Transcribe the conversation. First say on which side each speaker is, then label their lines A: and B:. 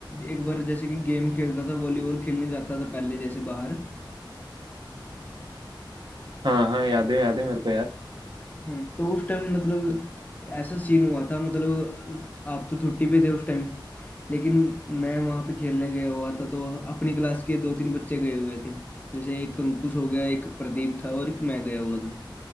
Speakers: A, on the left (about 20°); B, on the right (about 65°).
A: एक बार जैसे कि गेम खेलता था वॉलीबॉल खेलने जाता था पहले जैसे बाहर
B: हाँ हाँ याद है याद है मेरे को यार
A: हम्म। तो उस टाइम मतलब ऐसा सीन हुआ था मतलब आप तो छुट्टी पे थे उस टाइम लेकिन मैं वहां पे खेलने गया हुआ था तो अपनी क्लास के दो तीन बच्चे गए हुए थे जैसे एक अंकुश हो गया एक प्रदीप था और एक मैं गया हुआ था